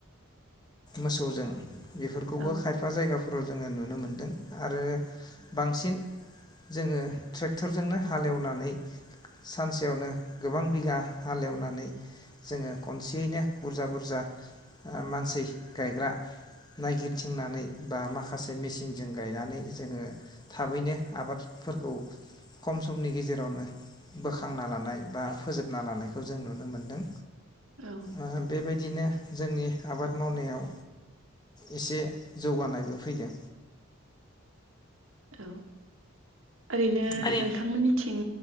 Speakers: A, on the left; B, on the right.
A: मोसौजों बेफोरखौबो
B: औ
A: खायफा जायगाफोराव जोङो नुनो मोन्दों। आरो बांसिन जोङो ट्रेक्टरजोंनो हालेवनानै सानसेयावनो गोबां बिगा हालेवनानै जोङो खनसेयैनो बुरजा बुरजा आ मानसै गायग्रा नायगिरथिंनानै बा माखासे मेसिनजों गायनानै जोङो थाबैनो आबादफोरखौ खम समनि गेजेरावनो बोखांना लानाय बा फोजोबना लानायखौ जों नुनो मोनदों।
B: औ
A: ओ बेबायदिनो जोंनि आबाद मावनायाव एसे जौगानायबो फैदों।
B: औ ओरैनो
A: बे
B: नोंथांमोननि थिं